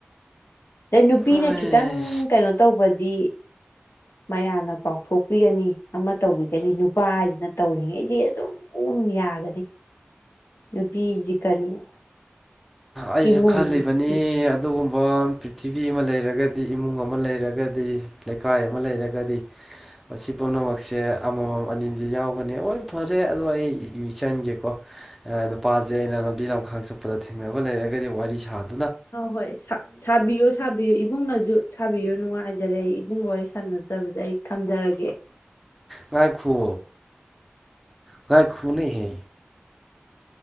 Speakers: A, on the left; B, in the centre.
A: ꯑꯗꯩ ꯅꯨꯄꯤꯅ
B: ꯍꯣꯏ
A: ꯈꯤꯇꯪ ꯀꯩꯅꯣ ꯇꯧꯕꯗꯤ ꯃꯌꯥꯝꯅ ꯄꯥꯎꯊꯣꯛꯄꯤꯒꯅꯤ ꯑꯃ ꯇꯧꯕꯤꯒꯅꯤ ꯅꯨꯄꯥ ꯍꯥꯏꯁꯤꯅ ꯇꯧꯔꯤꯉꯩꯗꯤ ꯑꯗꯨꯝ ꯀꯨꯝ ꯌꯥꯒꯅꯤ ꯅꯨꯄꯤꯗꯤ ꯀꯔꯤꯅꯣ
B: ꯑꯩꯁꯨ
A: ꯏꯃꯨꯡ
B: ꯈꯜꯂꯤꯕꯅꯤ
A: ꯍꯣꯏ
B: ꯑꯗꯨꯒꯨꯝꯕ ꯄ꯭ꯊꯤꯚꯕꯤ ꯑꯃ ꯂꯩꯔꯒꯗꯤ ꯏꯃꯨꯡ ꯑꯃ ꯂꯩꯔꯒꯗꯤ ꯂꯩꯀꯥꯏ ꯑꯃ ꯂꯩꯔꯒꯗꯤ ꯃꯁꯤ ꯄꯨꯝꯅꯃꯛꯁꯦ ꯑꯃꯃꯝ ꯑꯅꯤꯗꯤ ꯌꯥꯎꯒꯅꯤ ꯍꯣꯏ ꯐꯔꯦ ꯑꯗꯣ ꯑꯩ ꯆꯟꯒꯦꯀꯣ ꯅꯨꯄꯥꯁꯦ ꯑꯩꯅ ꯂꯝꯕꯤ ꯂꯝꯈꯥꯡ ꯆꯠꯄꯗ ꯊꯦꯡꯅꯕ ꯂꯩꯔꯒꯗꯤ ꯋꯥꯔꯤ ꯁꯥꯗ
A: ꯍ ꯍꯣꯏ ꯁꯥꯕꯤꯌꯣ ꯁꯥꯕꯤꯌꯨ ꯏꯕꯨꯡꯅꯁꯨ ꯁꯥꯕꯤꯌꯨ ꯅꯨꯡꯉꯥꯏꯖꯔꯦ ꯑꯩ ꯏꯕꯨꯡ ꯑꯣꯏꯔ ꯁꯪꯅꯖꯕꯗꯦ ꯑꯩ ꯊꯝꯖꯔꯒꯦ
B: ꯉꯥꯏ ꯈ ꯉꯥꯏ ꯈꯨꯨꯅꯍꯦ